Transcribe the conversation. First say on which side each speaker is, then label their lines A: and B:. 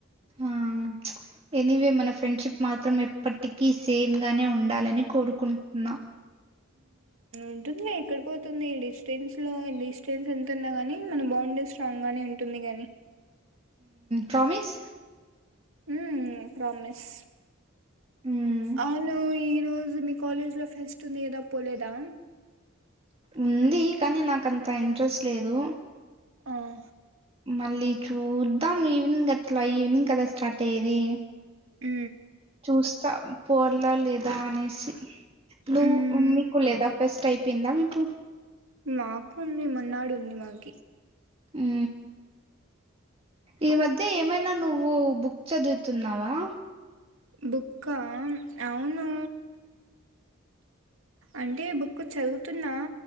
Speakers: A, on the right; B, on the right.
A: ఆ ఎనీవే మన ఫ్రెండ్షిప్ మాత్రం ఎప్పటికీ సేమ్ గానే ఉండాలని కోరుకుంటున్నా
B: ఉంటుంది ఎక్కడ పోతుంది ఈ డిస్టెన్స్ లో డిస్టెన్స్ ఎంత ఉన్నా గాని మన బాండ్ స్ట్రాంగ్ గాని ఉంటుంది స్తుంది కాగానీ
A: ప్రమిస్
B: హ ప్రమస్
A: మ్మ్
B: అను ఈరోజు జ మీ కాలేజ్ లో ఫెస్ట్ ఉంది ఏదా పోలేదా
A: ఉంది కానీ నాక అంత ఇంట్రెస్ట్ లేదు
B: ఆహా.
A: మళ్ళీ చూద్దాం ఈవినింగ్ అట్లా ఈవినింగ్ కదా స్టార్ట్ అయ్యేది
B: అ
A: చూస్తా పోర్లా లేదా అనేసి నుప్పు
B: ఉమ్
A: మీకు లేదా ఫెస్ట్ అయి ందా మీకు
B: మాకు ఉంది మన్నాడు ఉంది మాగ
A: అ ఈ మధ్య ఏమైనా నువ్వు బుక్ చదువుతున్నావా
B: బుక్కా అవును అంటే ఈ బుక్ చదువుతున్నా